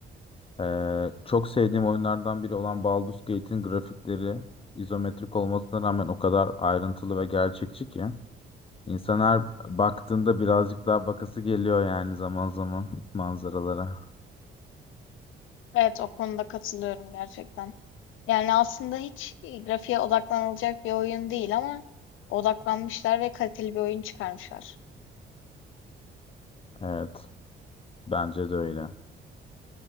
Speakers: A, on the left; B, on the left.
A: Ee, çok sevdiğim oyunlardan biri olan Baldur's Gate'in grafikleri izometrik olmasına rağmen o kadar ayrıntılı ve gerçekçi ki insan her baktığında birazcık daha bakası geliyor yani zaman zaman manzaralara.
B: Evet, o konuda katılıyorum gerçekten. Yani aslında hiç e, grafiğe odaklanılacak bir oyun değil ama odaklanmışlar ve kaliteli bir oyun çıkarmışlar.
A: Evet, bence de öyle.